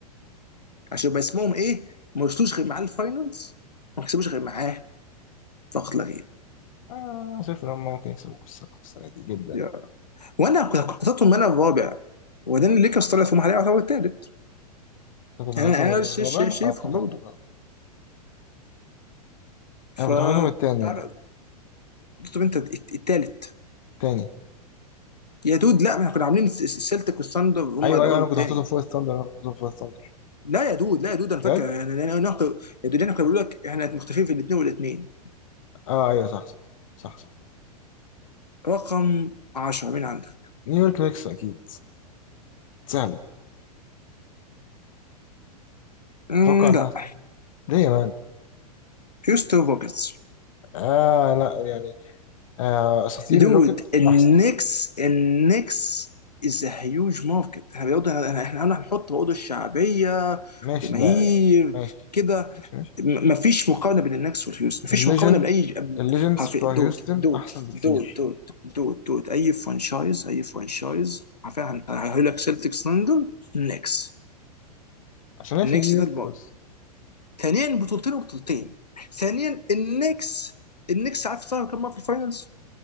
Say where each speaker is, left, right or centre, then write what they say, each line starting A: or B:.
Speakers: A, on the left (about 80°); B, on the left (about 55°).
A: عشان يبقى اسمهم ايه ما وصلوش غير معاه الفاينلز ما كسبوش غير معاه فقط لا غير
B: آه شايف إن هم ممكن يكسبوا الصراحة السنة دي جدا
A: يا. وانا كنت كنت حاططهم انا الرابع وبعدين الليكرز طلعت في محلها يعتبر الثالث
B: انت كنت حاططهم
A: يعني انا
B: الرابع
A: انا شا- شا- شايفهم
B: اه كنت حاططهم
A: برضه
B: الرابع
A: ف
B: انا كنت حاططهم التاني
A: تعال-
B: انا
A: طب انت الت- التالت
B: التاني
A: يا دود لا ما احنا كنا عاملين الس- الس- السلتيك والثاندر هم
B: ايوه
A: الاول
B: ايوه انا
A: والتاني
B: كنت حاططهم فوق الثاندر انا كنت حاططهم فوق الثاندر
A: لا يا دود لا يا دود انا
B: بجد
A: فاكر يعني لأن انا أنا- يا دود انا كنت بقول لك احنا مختلفين في الاثنين والاثنين
B: اه ايوه صح صح صح صح
A: رقم 10 مين عندك؟
B: نيويورك نيكس اكيد سهله
A: امم
B: اتوقع انها
A: لا
B: سهله ليه يا مان
A: هيوستن روكيتس
B: اه لا يعني آه اساطير
A: دود
B: الروكيتس
A: النكس
B: احسن
A: النكس از هيوج ماركت احنا برضه احنا هنحط برضه الشعبيه
B: ماشي
A: جماهير
B: ده يعني ماشي
A: كده
B: ماشي ماشي
A: م- مفيش مقارنه بين النكس والهيوز مفيش
B: الليجند
A: مقارنه بين اي
B: الليجندز
A: حرفيا
B: بتوع
A: دوت
B: هيوستن
A: دوت
B: احسن بكتير
A: دوت دوت دوت دوت اي فرانشايز اي فرانشايز حرفيا هن- هيقول لك سيلتكس لندن النكس
B: عشان هي
A: النكس
B: في نيويورك
A: ده المرة
B: بس
A: ثانيا بطولتين وبطولتين ثانيا النكس النكس عارف صار كم مره في الفاينلز؟